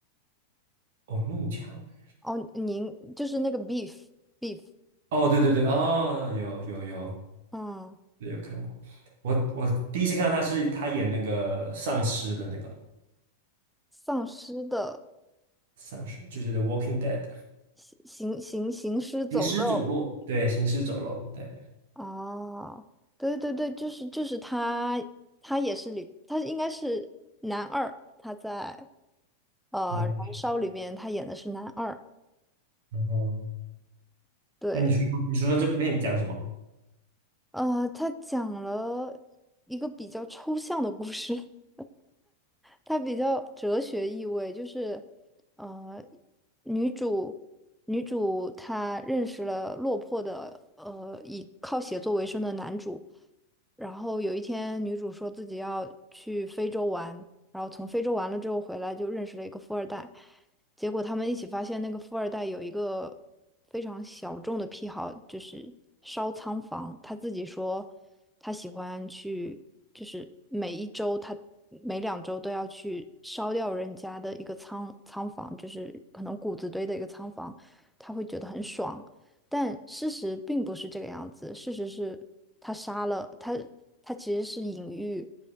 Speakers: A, on the right; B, in the centre.
A: 哦，弄呛人
B: 哦，您就是那个 beef beef，
A: 哦，对对对，哦，有有有，
B: 嗯，
A: 对有看过。我我第一次看到他是他演那个丧尸的那个
B: 丧尸的
A: 丧尸，就是《The Walking Dead》
B: 行行行行尸走肉。
A: 行尸走肉，对，行尸走肉，对，
B: 哦，对对对，就是就是他，他也是里，他应该是男二，他在呃《燃烧》里面他演的是男二，
A: 然后，然后
B: 对，
A: 那你说你说说这部片讲什么？
B: 呃，他讲了一个比较抽象的故事，<laughs> 它比较哲学意味，就是，呃，女主女主她认识了落魄的呃以靠写作为生的男主，然后有一天，女主说自己要去非洲玩，然后从非洲玩了之后回来，就认识了一个富二代。结果他们一起发现，那个富二代有一个非常小众的癖好，就是烧仓房。他自己说，他喜欢去，就是每一周他每两周都要去烧掉人家的一个仓仓房，就是可能谷子堆的一个仓房，他会觉得很爽。但事实并不是这个样子，事实是他杀了他，他其实是隐喻，